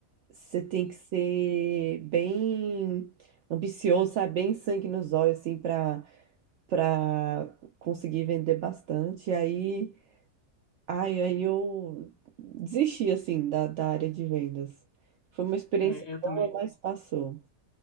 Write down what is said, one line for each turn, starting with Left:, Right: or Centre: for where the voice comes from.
Right: você tem que ser bem ambicioso, sabe? Bem sangue nos olhos assim para para conseguir vender bastante. E aí, ai, aí eu desisti assim da, da área de vendas. Foi uma experiência
Left: É, eu
Right: boa,
Left: também,
Right: mas passou.